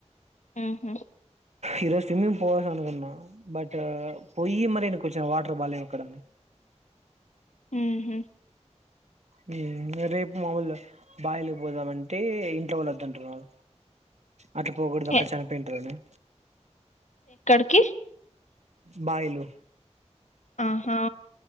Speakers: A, on the left (about 80°); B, on the right (about 70°).
A: హ్ హు
B: ఈ రోజు స్విమ్మింగ్ పోవాలి అనుకున్నా, బట్ పోయి మరి వెనక్కి వచ్చినా వాటర్ బాలేవ్ అక్కడ అన్
A: ఉహు
B: హ్మ్ ఇగ రేప్ మామూలు బావిలేకి పోదామంటే ఇంట్లో వాళ్ళొద్ అంటున్నారు. అట్లా పోకూడదు అక్కడ
A: ఎ
B: చనిపోయింటారు అనా
A: కి
B: బాయిలు
A: ఆహా